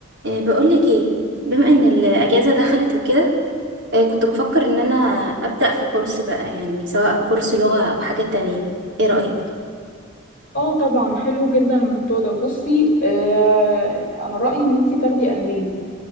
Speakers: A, on the right; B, on the left.
A: إيه، بقولك ايه بما ان الاجازه دخلت وكده إيه، كنت بفكر ان انا ابدا في كورس بقى يعني سواء كورس لغه او حاجه تانية ايه رايك
B: اه طبعا حلو جدا الموضوع ده بصي آه انا رأيي ان انتي تاخدي الماني